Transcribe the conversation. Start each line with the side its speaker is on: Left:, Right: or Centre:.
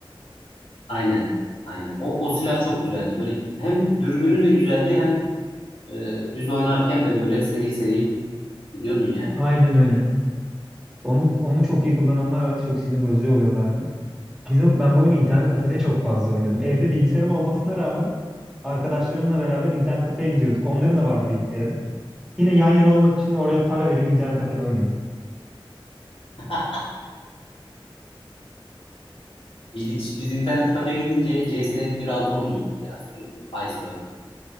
Left: Aynen. Aynen. O, o silah çok güzeldi. Böyle hem dürbünü de güzeldi hem e, düz oynarken de böyle seri seri gidiyordun yani.
Centre: Aynen öyle. Onu onu çok iyi kullananlar vardı. Çok sinir bozucu oluyorlardı. Biz o, ben bu oyunu internet kafede çok fazla oynuyordum. Evde bilgisayarım olmasına rağmen arkadaşlarımla beraber internet kafeye gidiyorduk. Onların da vardı bilgisayarı. Yine yan yana olmak için oraya para verip internet kafede oynuyorduk.
Left: <laughs> İlginç. Biz internet kafeye gidince CS 1.6 oynuyorduk ya sürekli. Iceberg.